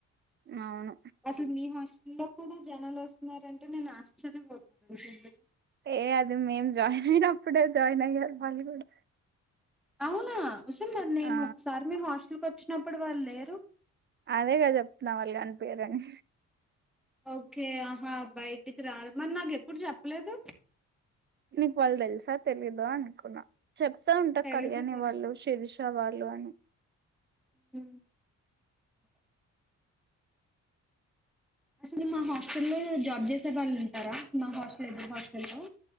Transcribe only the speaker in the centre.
అసలు మీ హాస్టల్లో కూడా జనాలు వస్తున్నారంటే నేను ఆశ్చర్యపోతున్న
అవునా ఒసే నేను
ఒకసారి మీ హాస్టల్కి వచ్చినప్పుడు వాళ్ళు లేరు
ఓకే ఆహా బయటికి రారు మరి నాకు ఎప్పుడు చెప్పలేదు
తెలుసు
తెలుసు
ఊ అసలు మా హాస్టల్ల్లో జాబ్ చేసే వాళ్ళు ఉంటారా మా హాస్టల్ ఎదురు హాస్టల్లో